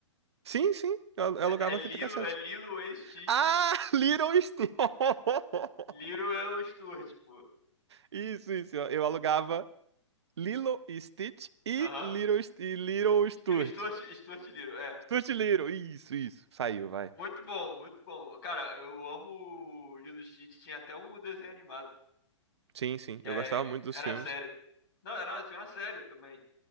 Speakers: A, on the right; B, on the left.
A: Sim, sim, eu al- eu
B: É,
A: alugava
B: é Lilo,
A: fita cassete.
B: é Lilo e Stitch.
A: Ah, <laughs> Little Stitch! <laughs>
B: Little é o Stuart, pô.
A: Isso, isso. Eu eu alugava Lilo e Stitch e
B: Aham.
A: Little, St- e Little
B: <laughs>
A: Sturt.
B: Stu- Stuart, Stuart Little, é.
A: Sturt e Little, isso, isso. Saiu, vai.
B: Muito bom, muito bom. Cara, eu amo o Lilo e Stitch. Tinha até um desenho animado.
A: Sim, sim.
B: que
A: Eu
B: é-
A: gostava muito dos
B: Era
A: filmes.
B: série. Não, era, tinha uma série também.